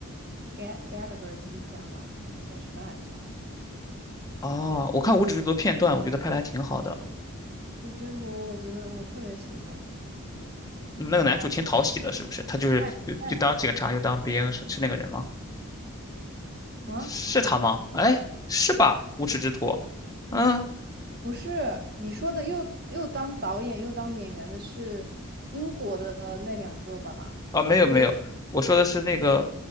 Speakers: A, on the right (about 45°); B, on the left (about 15°).
A: Ga Gallagher 一家嘛，叫什么来着？
B: 哦，我看无耻之徒片段，我觉得拍的还挺好的。
A: 《无耻之徒》，我觉得我特别喜欢。
B: 嗯那个男主挺讨喜的，
A: 呃
B: 是不是？他就是又又当警察又当兵，
A: ，Rank f f Rank
B: 是是那个人吗？
A: 啊，
B: 是他吗？
A: 哪个？
B: 哎，是吧？无耻之徒，嗯
A: 不是你说的又又当导演又当演员的是英国的那两个吧？
B: 啊，没有没有，
A: 一个
B: 我说的是那个